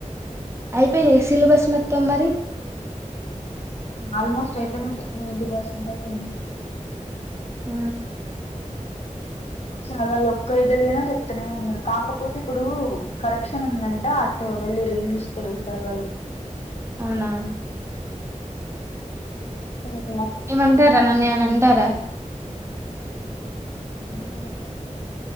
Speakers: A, on the right; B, on the left.
A: అయిపోయింది ఏసీల బస్సు మొత్తం మరి
B: ఆల్మోస్ట్ అయిపోయిన నైన్ంటీ పర్సెంట్ అయిపోయింది
A: ఆ
B: సార్ వాళ్ళు ఒక్కరిద్దరుకైనా చెప్తనే ఉన్నరు కాకపోతే ఇప్పుడు కరెక్షన్ ఉందంట అట్ వెళ్ళరు ఇంగ్లీష్ తెలుగు సార్ వాళ్ళు
A: అవునా
B: తరు
A: ఏమంటారా నన్నేమైనా అంటారా
B: ఏం అనరులే